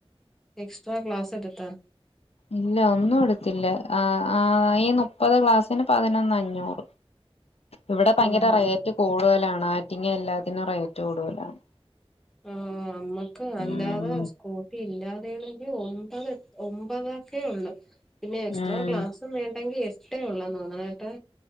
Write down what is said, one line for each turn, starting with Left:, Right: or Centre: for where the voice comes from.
Centre: എക്സ്ട്രാ ക്ലാസ് എടുത്തോ?
Left: ഇല്ല ഒന്നും എടുത്തില്ല ആഹ് ആഹ് ഈ മു മുപ്പത് ക്ലാസിന് പതിനൊന്ന് അഞ്ഞൂറ്, ഇവിടെ ഭയങ്കര
Centre: ഓഹോ
Left: റേറ്റ്. കൂടുതലാണ് ആറ്റിങ്ങ എല്ലാത്തിനും റേറ്റ്. കൂടുതലാണ്
Centre: ഉം നമുക്ക്‌ അല്ലാതെ.
Left: ഉം
Centre: കൂട്ടി ഇല്ലാതെയാണെങ്കിൽ ഒമ്പത് ഒമ്പത് ഒക്കെയുള്ള പിന്നെ എക്സ്ട്രാ
Left: ഉം
Centre: ക്ലാസും. ഇതും വേണ്ടെങ്കിൽ എട്ടേ ഉള്ളന്ന് തോന്നുന്ന കേട്ടോ.